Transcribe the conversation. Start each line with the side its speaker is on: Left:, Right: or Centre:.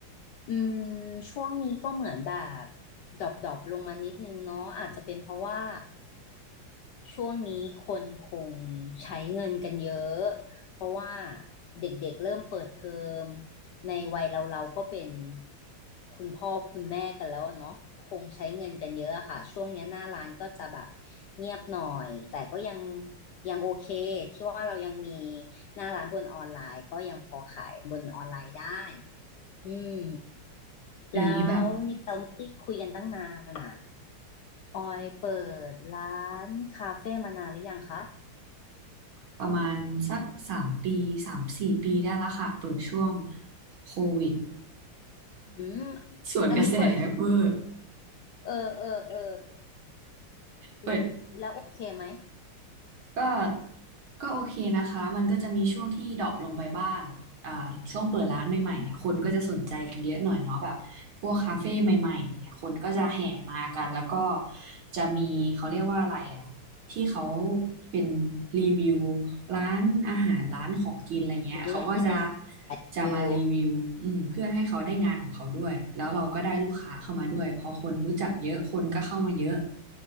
Left: อืมช่วงนี้ก็เหมือนแบบดรอปดอปลงมานิดนึงเนาะอาจจะเป็นเพราะว่าช่วงนี้คนคงใช้เงินกันเยอะเพราะว่าเด็กๆเริ่มเปิดเทอมในวัยเราเราก็เป็นคุณพ่อคุณแม่กันแล้วอะเนาะคงใช้เงินกันเยอะอะค่ะช่วงเนี้ยหน้าร้านก็จะแบบเงียบหน่อยแต่ก็ยังยังโอเคที่ว่าเรายังมีหน้าร้านบนออนไลน์ก็ยังพอขายบนออนไลน์ได้อืม
Right: เดี๋ยวนี้แบบ
Left: แล้วนี่เราไม่ได้คุยกันตั้งนานอ่ะออยเปิดร้านคาเฟ่มานานหรือยังคะ
Right: ประมาณสักสามปีสามสี่ปีได้ละค่ะเปิดช่วงโควิด
Left: อืม
Right: <laughs> สวนกระแสเวอร์
Left: อันนี้เปิดที่เออเออเออ
Right: เปิด
Left: แล้วแล้วโอเคไหม
Right: ก็ก็โอเคนะคะมันก็จะมีช่วงที่ดรอปลงไปบ้าง อ่าช่วงเปิดร้านใหม่ๆเนี่ยคนก็จะสนใจกันเยอะหน่อยเนาะแบบพวกคาเฟ่ใหม่ๆเนี่ยคนก็จะแห่มากันแล้วก็
Left: อืม
Right: จะมีเขาเรียกว่าอะไรอ่ะที่เขาเป็นรีวิวร้านอาหารร้านของกินอะไรเงี้ยเขาก็จะ
Left: อืมแปดวิว
Right: จะมารีวิวอืมเพื่อให้เขาได้งานของเขาด้วยแล้วเราก็ได้ลูกค้าเข้ามาด้วยพอคนรู้จักเยอะคนก็เข้ามาเยอะ